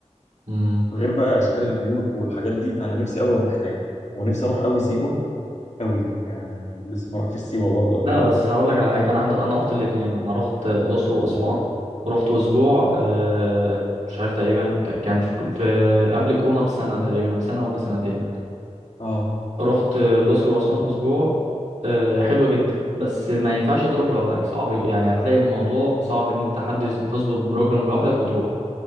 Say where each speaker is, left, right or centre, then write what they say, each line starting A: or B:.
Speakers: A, on the right (about 80°); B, on the left (about 70°).
A: امم
B: غير بقى اشكال البيوت والحاجات دي فانا نفسي قوي اروح هناك ونفسي اروح قوي سيوه قوي آه لسه ما رحتش سيوه برضه قبل
A: لا
B: كده
A: بس هقول لك على حاجه انا هد... انا رحت الاثنين انا رحت الاقصر واسوان
B: اوه
A: رحت اسبوع آه... مش عارف تقريبا ك... كان في... في قبل كورونا بسنه تقريبا بسنه او بسنتين
B: اه
A: رحت الأقصر وأسوان أسبوع آه، حلوة جدا بس ما ينفعش تروح لوحدك صعب يعني هتلاقي الموضوع صعب إن أنت حد يز- تظبط بروجرام لوحدك وتروح